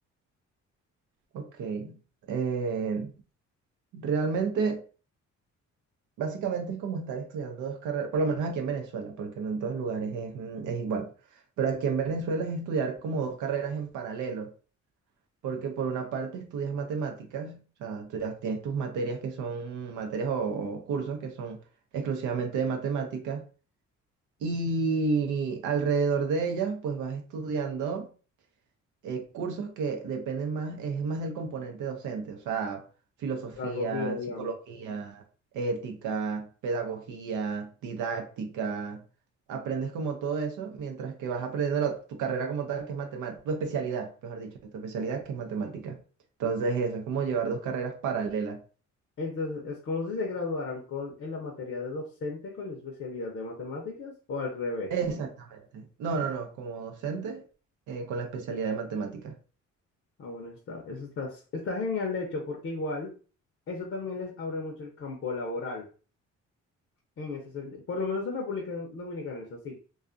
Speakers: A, on the right; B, on the left.
A: Ok, eh, realmente... Básicamente es como estar estudiando dos carreras, por lo menos aquí en Venezuela, porque no en todos lugares es, mm, es igual. Pero aquí en Venezuela es estudiar como dos carreras en paralelo, porque por una parte estudias matemáticas, o sea, tú ya tienes tus materias que son materias o, o cursos que son exclusivamente de matemáticas, y alrededor de ellas pues vas estudiando eh, cursos que dependen más, es más del componente docente, o sea, filosofía,
B: pedagogía, digamos?
A: psicología, ética, pedagogía, didáctica. Aprendes como todo eso mientras que vas aprendiendo la- tu carrera como tal, que es matemática, tu especialidad, mejor dicho, tu especialidad que es matemática. Entonces eso es como llevar dos carreras paralelas.
B: Entonces, ¿es como si se graduaran con, en la materia de docente con la especialidad de matemáticas o al revés?
A: Exactamente. No, no, no, como docente eh, con la especialidad de matemática.
B: Ah, bueno, está, eso está, está genial, de hecho, porque igual eso también les abre mucho el campo laboral en ese sentido. Por lo menos en República Dominicana es así.